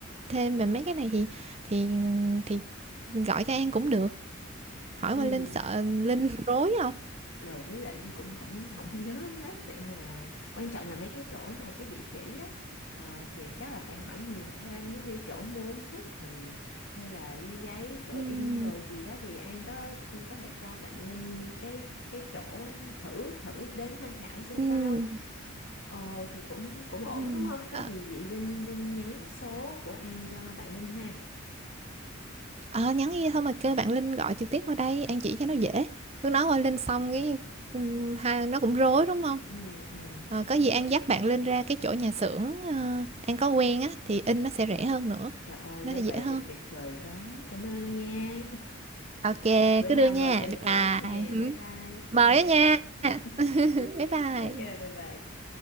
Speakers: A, on the right; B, on the left.
A: thêm về mấy cái này thì thì thì gọi cho An cũng được hỏi
B: ừ.
A: qua Linh sợ Linh <laughs> rối không
B: rồi với lại Linh cũng không không nhớ hết để mà quan trọng là mấy cái chỗ mà cái địa chỉ á ờ, thì chắc là phải hỏi nhiều thêm giống như chỗ mua uống hút rồi hay là ly giấy chỗ
A: Ừm,
B: in đồ gì đó thì An có có thể cho bạn Linh cái cái chỗ thử thử đến tham khảo xem
A: ừm,
B: sao Ồ thì cũng cũng ổn
A: Ừm.
B: đúng không có
A: Ờ,
B: gì vậy Linh Linh nhắn số của An cho bạn Linh ha
A: ờ, nhắn đi thôi mà kêu bạn Linh gọi trực tiếp qua đây An chỉ cho nó dễ cứ nói qua Linh xong cái ừm, ha, nó cũng rối đúng không
B: ừ, ừ
A: Ờ, có
B: đúng
A: gì An
B: á
A: dắt bạn Linh ra cái chỗ nhà xưởng ờ, An có quen á thì in nó sẽ rẻ hơn nữa
B: Trời ơi,
A: nó
B: nếu
A: sẽ dễ
B: vậy
A: hơn
B: thì tuyệt vời quá. Cảm ơn nha.
A: ok
B: Bữa
A: cứ
B: nào
A: đưa nha
B: mời trà
A: bye
B: sữa
A: bye
B: nè.
A: ừm.
B: Bye bye.
A: mời
B: Ừ.
A: đó nha <laughs>
B: <laughs>
A: bye bye
B: Ok, bye bye.